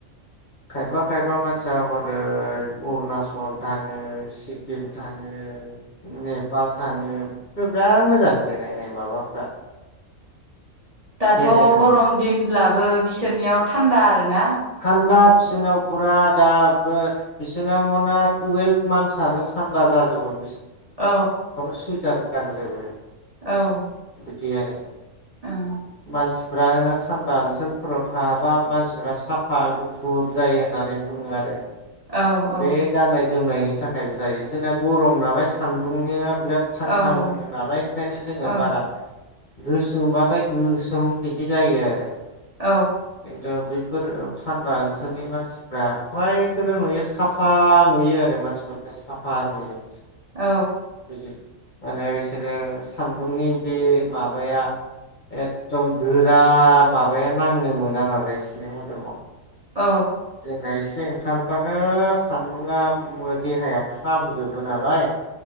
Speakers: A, on the left (about 50°); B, on the right (about 40°).
A: खायफा खायफा मानसिया हरै अरुनाचल थाङो सिक्किम थाङो नेपाल थाङो बिराद मोजां बेरायनाय माबाफ्रा
B: दाथ'
A: बेरायनांगौ
B: गरम दिनब्लाबो बिसोरनियाव थान्दा आरो ना
A: थान्दा बिसोरनायाव फुरा दाबो बिसना मानना टुवेल्भ मान्थ थान्दा जाजोबो
B: औ
A: <unintelligible> सुइटार गानजोबो।
B: औ।
A: <unintelligible>
B: <unintelligible>
A: मानसिफ्रा होनो थान्दा ओनसोलफोराव थाबा मानसिफ्रा साफ साफा गुफुर जायो होननानै बुङो आरो
B: औ -
A: बे
B: औ।
A: गाननाय जोमनायनि थाखायबो जायो जोंना गरम नालाय सान्दुंनिया बिराद थां
B: औ ओं,
A: थां नाङो नालाय ओंखायनो जोङो
B: औ
A: बारा गोसोमबाथाय गोसोम बिदि जायो आरो।
B: औ
A: <unintelligible> बेफोर थान्दा ओनसोलनि मानसिफ्रा फ्रायखोनो नुयो साफा नुयो आरो मानसिफोरखौ साफा नुयो।
B: औ।
A: बिदि माने बिसोरो सान्दुंनि बे माबाया एकदम गोरा माबाया नांनो मोना नालाय बिसोरनि मोदोमाव।
B: औ।
A: जोंना एसे ओंखारबानो सान्दुङा देहाया खामजोबो नालाय।